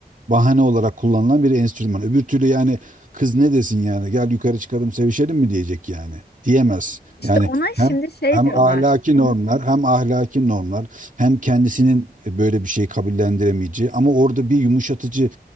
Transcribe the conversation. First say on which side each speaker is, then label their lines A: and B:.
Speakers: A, on the right; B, on the left.
A: bahane olarak kullanılan bir enstrüman. Öbür türlü yani kız ne desin yani gel yukarı çıkalım sevişelim mi diyecek yani. Diyemez.
B: İşte
A: Yani
B: ona
A: hem
B: şimdi şey
A: hem
B: diyorlar.
A: ahlaki
B: Onun
A: normlar hem ahlaki normlar hem kendisinin böyle bir şeyi kabullendiremeyeceği ama orada bir yumuşatıcı